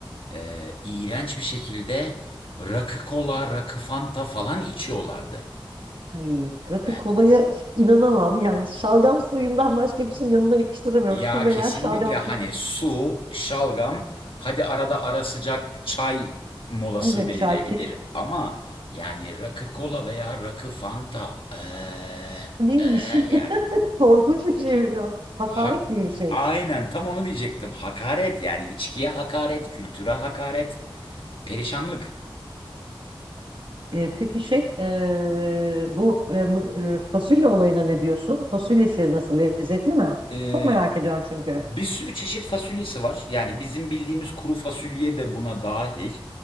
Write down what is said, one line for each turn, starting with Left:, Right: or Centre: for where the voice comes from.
Left: e, iğrenç bir şekilde rakı kola, rakı fanta falan içiyorlardı.
Right: Ay, rakı
Left: Ben.
Right: kolaya inanamam. Yani şalgam suyundan başka bir şey yanına yakıştıramıyorum.
Left: Ya
Right: Su veya
Left: kesinlikle
Right: şalgam
Left: hani
Right: suyu.
Left: su, şalgam, hadi arada ara sıcak çay molası
Right: Evet
Left: verilebilir
Right: çay ke-
Left: ama yani rakı kola veya rakı fanta eee,
Right: Neymiş?
Left: eee yani.
Right: <laughs> Korkunç bir şeymiş o. Hakaret
Left: Hak,
Right: gibi bir şey.
Left: aynen tam onu diyecektim. Hakaret yani içkiye hakaret, kültüre hakaret, perişanlık.
Right: E, peki şey e, bu e, m- e, fasulye olayına ne diyorsun? Fasulyesi nasıl lezzetli mi?
Left: Ee,
Right: Çok merak ediyorum çünkü.
Left: Bir sürü çeşit fasulyesi var. Yani bizim bildiğimiz kuru fasulye de buna dahil.